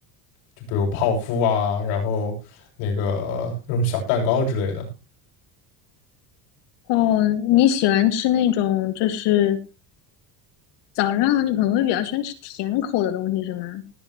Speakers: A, on the left; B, on the left.
A: 就比如泡芙啊，然后那个那种小蛋糕之类的。
B: 哦，你喜欢吃那种就是早上你可能会比较喜欢吃甜口的东西是吗？